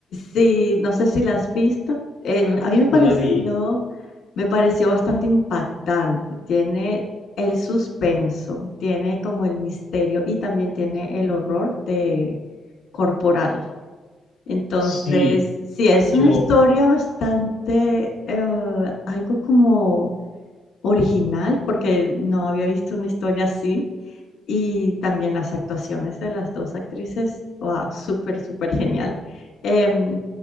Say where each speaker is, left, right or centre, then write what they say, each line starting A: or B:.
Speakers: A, on the left; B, on the left.
A: Sí, no sé si la has visto. Eh, a mí me pareció,
B: Hola, vi.
A: me pareció bastante impactante. Tiene el suspenso, tiene como el misterio y también tiene el horror de corporal. Entonces,
B: Sí,
A: sí, es
B: yo
A: una historia bastante, eh, algo como original, porque no había visto una historia así. Y también las actuaciones de las dos actrices, wow, súper, súper genial. Em,